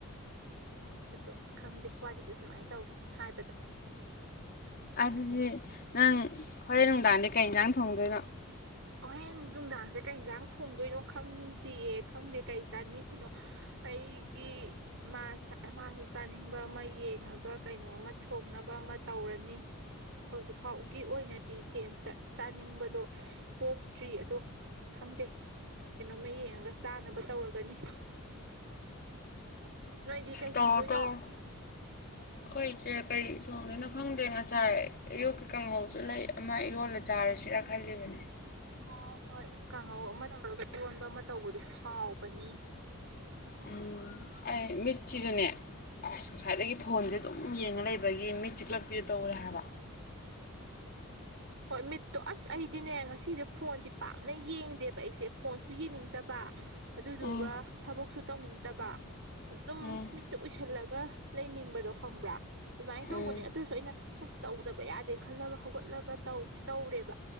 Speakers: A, on the right; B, on the left.
A: ꯑꯗꯣ ꯈꯪꯗꯦ ꯋꯥꯔꯤꯁꯦ ꯁꯨꯃꯥꯏꯅ ꯇꯧꯏ ꯍꯥꯏꯕꯗ
B: ꯑꯗꯨꯗꯤ ꯅꯪ ꯍꯣꯔꯦꯟ ꯅꯨꯡꯗꯥꯡꯗꯤꯩ ꯀꯩ ꯏꯟꯖꯥꯡ ꯊꯣꯡꯗꯣꯏꯅꯣ
A: ꯍꯣꯔꯦꯟ ꯅꯨꯡꯗꯥꯡꯁꯦ ꯀꯩ ꯌꯦꯟꯁꯥꯡ ꯊꯣꯡꯗꯣꯏꯅꯣ ꯈꯪꯗꯦꯌꯦ ꯈꯪꯗꯦ ꯀꯩ ꯆꯥꯅꯤꯡꯉꯤꯅꯣ ꯑꯩꯒꯤ ꯃꯥ ꯃꯥꯁꯨ ꯆꯥꯅꯤꯡꯕ ꯑꯃ ꯌꯦꯡꯉꯒ ꯀꯩꯅꯣ ꯑꯃ ꯊꯣꯡꯅꯕ ꯑꯃ ꯇꯧꯔꯅꯤ ꯍꯧꯖꯤꯛ ꯐꯥꯎꯒꯤ ꯑꯣꯏꯅꯗꯤ ꯀꯩꯝꯇ ꯆꯥꯅꯤꯡꯕꯗꯣ ꯄꯣꯛꯇ꯭ꯔꯤ ꯑꯗꯣ ꯈꯪꯗꯦ ꯀꯩꯅꯣꯝꯃ ꯌꯦꯡꯉꯒ ꯆꯥꯅꯕ ꯇꯧꯔꯒꯅꯤ ꯅꯩꯗꯤ ꯀꯩ
B: ꯇꯧꯔꯣ
A: ꯊꯣꯡꯗꯣꯏꯅꯣ
B: ꯇꯧꯔꯣ ꯑꯩꯈꯣꯏ ꯏꯆꯦ ꯀꯩ ꯊꯣꯡꯗꯦꯅꯣ ꯈꯪꯗꯦ ꯉꯁꯥꯏ ꯑꯌꯣꯛꯀꯤ ꯀꯥꯡꯍꯧꯁꯨ ꯂꯩ ꯑꯃ ꯏꯔꯣꯜꯂ ꯆꯥꯔꯁꯤꯔꯥ ꯈꯜꯂꯤꯕꯅꯦ
A: ꯑꯣ ꯍꯣꯏ ꯀꯥꯡꯉꯧ ꯑꯃ ꯇꯧꯔꯒ ꯏꯔꯣꯟꯕ ꯑꯃ ꯇꯧꯕꯗꯨꯁꯨ ꯍꯥꯎꯕꯅꯤ
B: ꯎꯝ ꯑꯩ ꯃꯤꯆꯁꯤꯖꯨꯅꯦ ꯑꯁ ꯉꯁꯥꯏꯗꯒꯤ ꯐꯣꯟꯁꯦ ꯑꯗꯨꯝ ꯌꯦꯡꯉ ꯂꯩꯕꯒꯤ ꯃꯤꯠ ꯆꯤꯛꯂꯞ ꯄꯤꯔ ꯇꯧꯔꯦ ꯍꯥꯏꯕ
A: ꯍꯣꯏ ꯃꯤꯠꯇꯣ ꯑꯁ ꯑꯩꯗꯤꯅꯦ ꯉꯁꯤꯁꯦ ꯐꯣꯟꯗꯤ ꯄꯥꯛꯅ ꯌꯦꯡꯗꯦꯕ ꯑꯩꯁꯦ ꯐꯣꯟꯁꯨ ꯌꯦꯡꯅꯤꯡꯗꯕ ꯑꯗꯨꯗꯨꯒ
B: ꯎꯝ
A: ꯊꯕꯛꯁꯨ ꯇꯧꯅꯤꯡꯗꯕ ꯑꯗꯨꯝ
B: ꯎꯝ
A: ꯃꯤꯠꯇ ꯎꯏꯁꯜꯂꯒ ꯂꯩꯅꯤꯡꯕꯗꯣ ꯈꯪꯕ꯭ꯔꯥ ꯑꯗꯨꯃꯥꯏꯅ ꯇꯧꯕꯅꯦ
B: ꯎꯝ
A: ꯑꯗꯨꯁꯨ ꯑꯩꯅ ꯑꯁ ꯇꯧꯗꯕ ꯌꯥꯗꯦ ꯈꯜꯂꯒ ꯍꯧꯒꯠꯂꯒ ꯇꯧꯗꯤ ꯇꯧꯔꯦꯕ